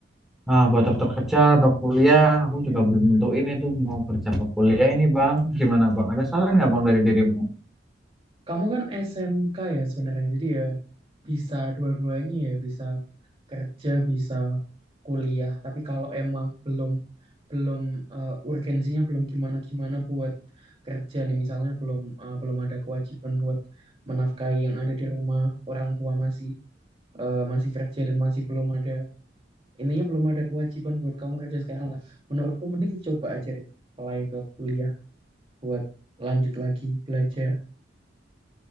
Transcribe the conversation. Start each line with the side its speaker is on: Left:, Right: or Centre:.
Centre: ah buat daftar kerja atau kuliah, aku
Right: Iya,
Centre: juga belum
Right: benar.
Centre: nentuin itu mau kerja apa kuliah ini, Bang. Gimana, Bang? Ada saran nggak, Bang, dari dirimu?
Right: Kamu kan SMK ya sebenarnya, jadi ya bisa dua-duanya ya, bisa kerja, bisa kuliah. Tapi kalau emang belum belum eh, urgensinya belum gimana-gimana buat kerja nih, misalnya belum eh, belum ada kewajiban buat menafkahi yang ada di rumah orang tua masih eh, masih kerja dan masih belum ada intinya belum ada kewajiban buat kamu kerja sekarang lah. Menurutku mending coba aja deh, apply ke kuliah buat lanjut lagi belajar.